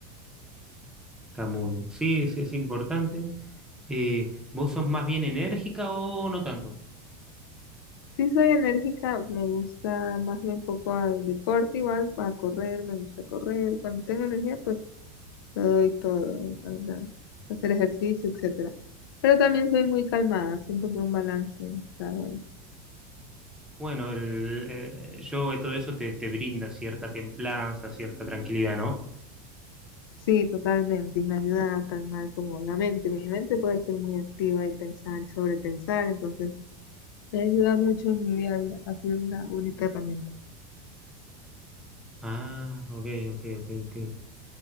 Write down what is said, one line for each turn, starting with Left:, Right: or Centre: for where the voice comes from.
Centre: está muy. Sí, sí, es importante. Eh, ¿vos sos más bien enérgica o no tanto?
Left: Sí soy enérgica, me gusta más bien un poco al deporte, igual a correr, me gusta correr. Cuando tengo energía, pues lo doy todo, eh, o sea, hacer ejercicio, etcétera. Pero también soy muy calmada, siento que un balance está bueno.
Centre: Bueno, el eh, yoga y todo eso te, te brinda cierta templanza, cierta tranquilidad, ¿no?
Left: Sí, totalmente, y me ayuda a calmar como la mente. Mi mente puede ser muy activa y pensar y sobrepensar, entonces me ayuda mucho en mi día a día, ha sido una bonita herramienta.
Centre: Ah, ok, ok, ok, ok.